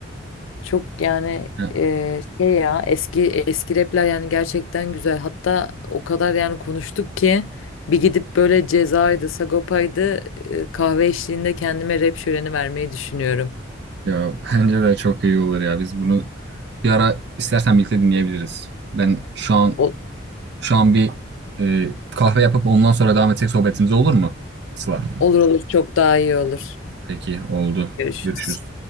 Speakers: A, on the left; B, on the right.
A: Çok yani
B: Ya,
A: e, şey ya eski eski rapler yani gerçekten güzel. Hatta o kadar yani konuştuk ki bir gidip böyle Ceza'ydı, Sagopa'ydı e, kahve eşliğinde kendime rap şöleni vermeyi düşünüyorum.
B: ya bence de çok iyi olur ya. Biz bunu bir ara istersen birlikte dinleyebiliriz. Ben şu an
A: Ol-
B: şu an bir e, kahve yapıp ondan sonra devam etsek sohbetimize olur mu? Sıla.
A: olur olur çok daha iyi olur.
B: Peki, oldu.
A: Görüşürüz.
B: Görüşürüz.